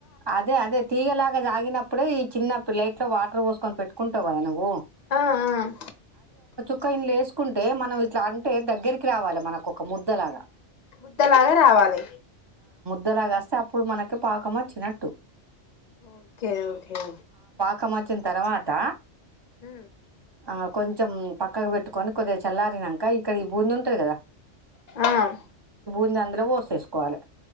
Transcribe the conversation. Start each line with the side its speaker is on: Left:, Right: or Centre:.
Right: అదే అదే తీగలగా సాగినప్పుడే ఈ చిన్న ప్లేట్. ఇట్లా వాటర్ పోసుకొని పెట్టుకుంటావు కదా నువ్వు.
Left: ఆహ్.
Right: ఒక్క ఇండ్లెసుకుంటే మనం ఇట్లా అంటే దగ్గరికి రావాలి మనకు ఒక ముద్దలాగా.
Left: ముద్దలాగా రావాలి.
Right: దరగాస్తే అప్పుడు మనకి పాకం వచ్చినట్. టూ.
Left: Okay okay.
Right: కం వచ్చిన తర్వాత.
Left: ఉమ్
Right: ఆహ్ కొంచెం పక్కకు పెట్టుకొని కొద్దిగా చల్లారినంక ఇక్కడ ఈ బూందీ ఉంటది కదా.
Left: ఆహ్.
Right: ఇంగ అందులో పోసేసుకోవాలి.